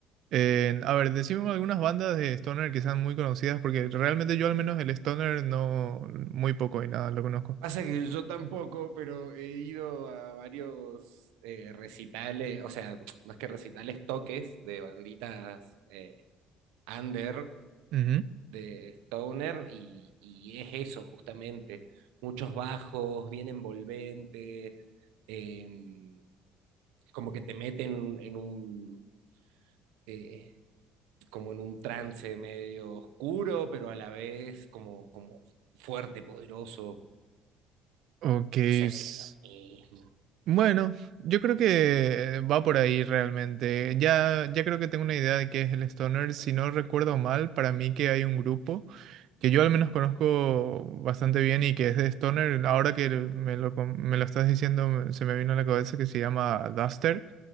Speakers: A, on the right; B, on the right.
A: Eh, a ver, decime algunas bandas de stoner que sean muy conocidas, porque realmente yo al menos el stoner no, muy poco y nada, lo conozco.
B: Pasa que yo tampoco, pero he ido a varios eh, recitales, o sea, <tsk> más que recitales, toques de banditas eh, under
A: Ujú.
B: de Stoner y, y es eso justamente, muchos bajos, bien envolvente, eh, como que te meten en un, eh, como en un trance medio oscuro, pero a la vez como, como fuerte, poderoso.
A: Ok,
B: No sé si
A: s-
B: es lo mismo.
A: Bueno, yo creo que eh, va por ahí realmente. Ya, ya creo que tengo una idea de qué es el stoner. Si no recuerdo mal, para mí que hay un grupo que yo al menos conozco bastante bien y que es de stoner. Ahora que me lo, com- me lo estás diciendo, me- se me vino a la cabeza que se llama Duster.